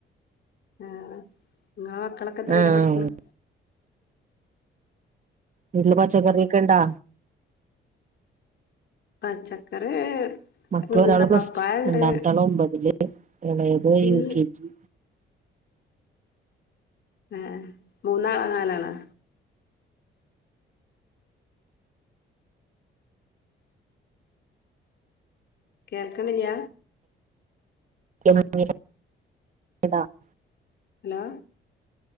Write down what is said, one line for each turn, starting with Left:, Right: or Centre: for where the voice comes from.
Left: വേറെ നിങ്ങളെ മക്കളൊക്കെ എത്രല
Right: ആഹ്
Left: പഠിക്കണം
Right: വീട്ടില് പച്ചക്കറിയൊക്കെ ഉണ്ടാ
Left: പച്ചക്കറി
Right: മക്കള
Left: പിന്നെന്താ
Right: ഒരാള് പ്ലസ്ടു
Left: പപ്പായ ഉണ്ട്
Right: രണ്ടാമതോളം ഒൻമ്പതില് എളേത്
Left: ഇൽ
Right: യു കെ ജി
Left: ഏഹ് ഏഹ് മൂന്നാള നാലാളൊ കേൾക്കണില്ല
Right: <unintelligible>
Left: ഹലോ